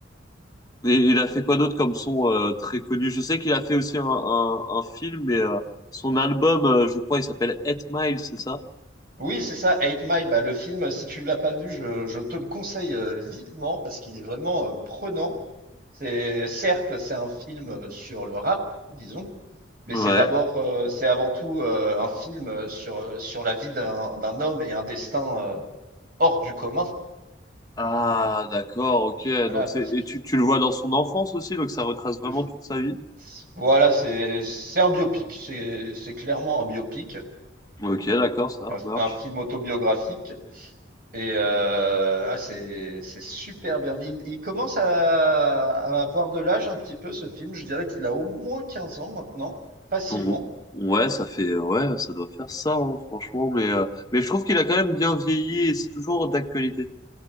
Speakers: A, on the left; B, on the right.
A: Et il a fait quoi d'autre comme son euh, très connu? Je sais qu'il a fait aussi un, un, un film, mais euh, son album, euh, je crois, il s'appelle Eight Mile, c'est ça?
B: Oui, c'est ça, Eight Mile, bah, le film, si tu ne l'as pas vu, je, je te le conseille euh, vivement parce qu'il est vraiment euh, prenant. C'est, certes, c'est un film euh, sur le rap, disons, mais
A: Ouais.
B: c'est d'abord, euh, c'est avant tout euh, un film euh, sur, euh, sur la vie d'un, d'un homme et un destin euh, hors du commun.
A: Ah, d'accord, ok.
B: Voilà,
A: Donc
B: parce
A: c'est et
B: que,
A: tu, tu le vois dans son enfance aussi, donc ça retrace vraiment
B: v-
A: toute sa vie.
B: voilà, c'est, c'est un biopic, c'est, c'est clairement un biopic.
A: Ok, d'accord, ça
B: Un,
A: marche.
B: un film autobiographique. Et euh, ah, c'est c'est super bien. Il, il commence à, à avoir de l'âge un petit peu ce film. Je dirais qu'il a au moins 15 ans maintenant, facilement.
A: Bon. Ouais, ça fait ouais, ça doit faire ça, hein, franchement. Mais euh, mais je trouve qu'il a quand même bien vieilli et c'est toujours d'actualité.